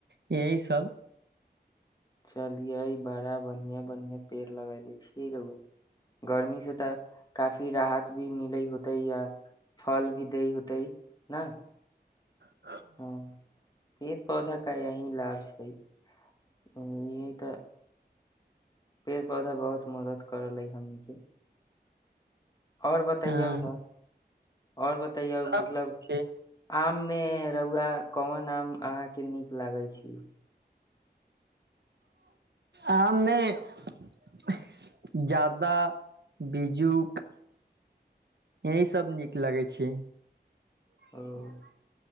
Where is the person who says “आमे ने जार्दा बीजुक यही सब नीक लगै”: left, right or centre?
Right